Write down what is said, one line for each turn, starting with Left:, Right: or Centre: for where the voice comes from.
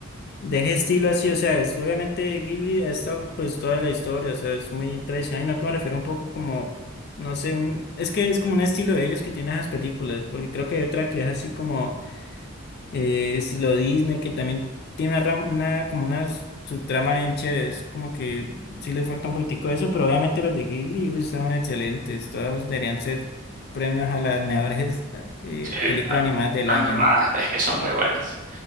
Left: de ese estilo así, o sea, es, obviamente Ghibli ha estado pues toda la historia, o sea, es muy tradicional, y no que me refiero un poco como, no sé, un, es que es como un estilo de ellos que tienen esas películas, porque creo que hay otra que es así como eh, si lo Disney, que también tiene una, ram- una como una subtrama bien chévere, es como que sí le falta un poquitico de eso, pero obviamente los de Ghibli uy, estaban excelentes, todos deberían ser premios a las mejores eh,
Right: Sí,
Left: películas animadas del
Right: animadas,
Left: año.
Right: es que son muy buenas,